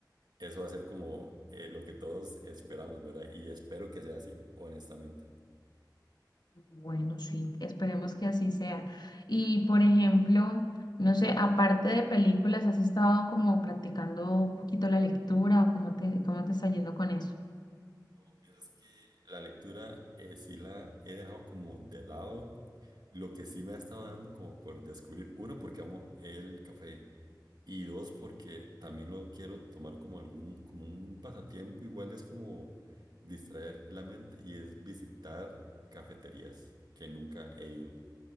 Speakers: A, on the right; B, on the left.
A: eso va a ser como eh, lo que todos esperamos, ¿verdad? Y espero que sea así, honestamente.
B: Bueno, sí, esperemos que así sea. Y por ejemplo, no sé, aparte de películas, ¿has estado como practicando un poquito la lectura o cómo te, cómo te está yendo con eso?
A: No, vieras que La lectura eh, sí la he dejado como de lado Lo que sí me ha estado dando como por descubrir, uno, porque amo el café y dos, porque también lo quiero tomar como algún, como un pasatiempo, igual es como distraer la mente y es visitar cafeterías que nunca he ido.